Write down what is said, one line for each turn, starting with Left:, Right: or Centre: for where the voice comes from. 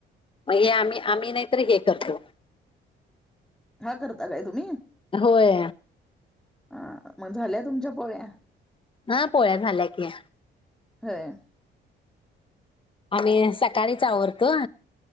Left: मग हे आम्ही आम्ही नाहीतर हे करतो.
Centre: हा करता काय तुम्ही
Left: होय
Centre: ह मग झाल्या तुमच्या पोळ्या?
Left: हा पोळ्या झाल्या की.
Centre: होय.
Left: आम्ही सकाळीच आवरतो.